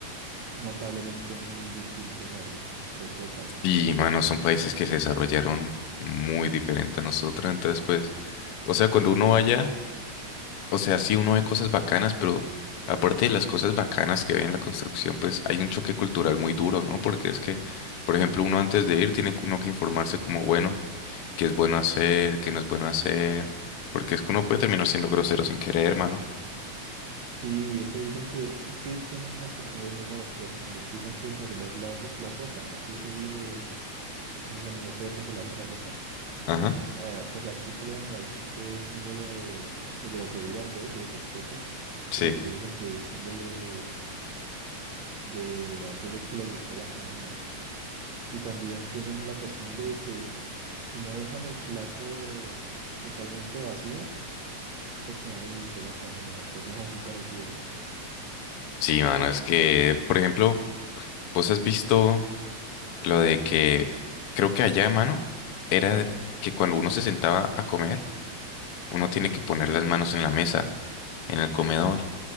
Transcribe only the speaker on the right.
notablemente muy distintos al resto de países.
Sí, eso dicen que es que tienen unas costumbres muy raras, por ejemplo, dicen que sorber la, ro- la sopa, así hacerle ese sonido feo que se le hace a la sopa,
eh, pues aquí por lo general siempre es símbolo de, de grosería, pues, de irrespeto,
pero allá dicen que es símbolo de, de antes de que le gustó la comida. Y también tienen la costumbre de que si no dejan el plato totalmente vacío, es porque no les gustó la comida o cosas así parecidas.